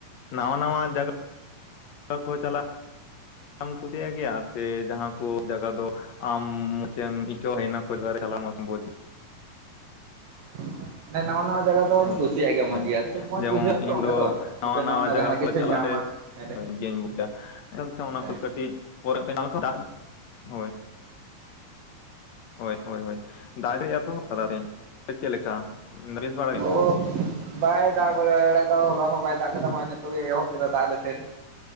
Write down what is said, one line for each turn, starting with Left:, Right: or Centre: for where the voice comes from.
Left: ᱱᱟᱣᱟ, ᱱᱟᱣᱟ ᱡᱟᱜᱟᱼᱼ <inaudible> ᱠᱚ ᱪᱟᱞᱟᱜ ᱮᱢ ᱠᱩᱥᱤᱭᱟᱜ ᱜᱮᱭᱟ ᱾ᱥᱮ ᱡᱟᱦᱟᱸ ᱠᱚ ᱡᱟᱜᱟ ᱫᱚᱼᱼ ᱟᱢ ᱪᱮᱜ ᱮᱢ ᱤᱠᱟᱹᱣ <inaudible> ᱢᱚᱹᱡᱽ ᱮᱢ ᱵᱩᱡ <inaudible>
Right: <unintelligible> ᱱᱟᱣᱟ, ᱱᱟᱣᱟᱼᱼ ᱡᱟᱜᱟ ᱫᱚᱧ
Left: ᱦᱳᱭ
Right: ᱠᱩᱥᱤᱭᱟᱜ ᱜᱮᱭᱟ ᱢᱚᱸᱡᱽ
Left: ᱦᱳᱭ
Right: ᱜᱮ ᱾ ᱟᱨᱠᱤ ᱢᱚᱸᱡᱽ
Left: ᱡᱮᱢᱚᱱ
Right: ᱵᱩᱡᱷᱟᱹᱜ ᱟᱛᱚ
Left: ᱤᱧ
Right: ᱚᱸᱰᱮ ᱫᱚ
Left: ᱱᱟᱣᱟ
Right: ᱢᱤᱫᱴᱮᱡ ᱱᱟᱣᱟᱱᱟ
Left: ᱱᱟᱣᱟ ᱡᱟᱭᱜᱟ
Right: ᱡᱟᱦᱟᱱᱟᱜ
Left: ᱠᱚᱨᱮ
Right: ᱠᱤᱪᱷᱩᱧ
Left: ᱪᱟᱞᱟᱜ
Right: ᱧᱟᱢᱟ᱾
Left: ᱨᱮ
Right: ᱦᱮᱸᱞᱮ
Left: ᱦᱳᱭ <inaudible> ᱵᱩᱡ ᱫᱟ <inaudible> ᱚᱱᱟ
Right: ᱦᱮᱸ
Left: ᱠᱚ ᱠᱟᱹᱴᱤᱡ ᱯᱚᱨᱮ ᱛᱤᱧ <inaudible> <inaudible> ᱦᱳᱭ᱾ ᱦᱳᱭ, ᱦᱳᱭ, ᱦᱳᱭ ᱫᱟᱜ ᱮᱛᱚᱦᱚᱵ ᱠᱟᱫᱟ ᱛᱮᱦᱮᱧ ᱾ᱥᱮ ᱪᱮᱫ ᱞᱮᱠᱟ ᱵᱮᱥ ᱵᱟᱲᱟ ᱜᱮ?
Right: <inaudible> ᱵᱟᱭ ᱫᱟᱜ ᱵᱟᱲᱟ <inaudible> ᱛᱟ ᱦᱚᱞᱟ ᱦᱚᱸ ᱵᱟᱭ ᱫᱟᱜ ᱠᱟᱫᱟ᱾ ᱱᱤᱛᱚᱜ ᱮᱦᱚᱵ ᱠᱮᱫᱟ ᱫᱟᱜ ᱟᱞᱮ ᱥᱮᱫ᱾